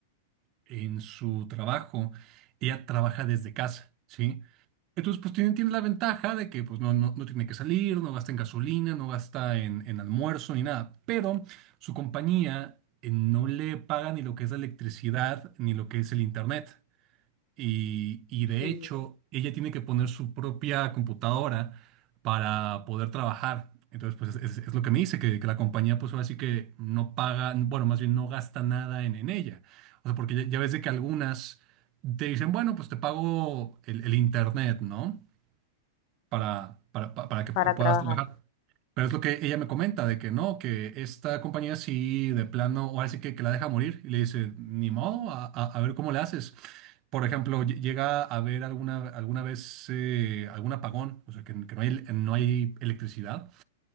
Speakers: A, on the right (about 45°); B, on the left (about 50°).
A: en su trabajo, ella trabaja desde casa, ¿sí? Entonces, pues tiene, tiene la ventaja de que pues, no, no, no tiene que salir, no gasta en gasolina, no gasta en, en almuerzo ni nada, pero su compañía eh, no le paga ni lo que es la electricidad ni lo que es el internet. Y, y de
B: Sí,
A: hecho, ella tiene que poner su propia computadora para poder trabajar. Entonces, pues es, es lo que me dice, que, que la compañía, pues ahora sí que no paga, bueno, más bien no gasta nada en, en ella. O sea, porque ya, ya ves de que algunas te dicen, bueno, pues te pago el, el internet, ¿no? Para, para, pa- para que
B: para
A: pu-
B: trabajar.
A: puedas trabajar. Pero es lo que ella me comenta, de que no, que esta compañía sí, de plano, ahora sí que, que la deja morir. Y le dice, ni modo, a, a- a ver cómo le haces. Por ejemplo, ll- llega a haber alguna, alguna vez eh, algún apagón, o sea, que, que no hay, no hay electricidad.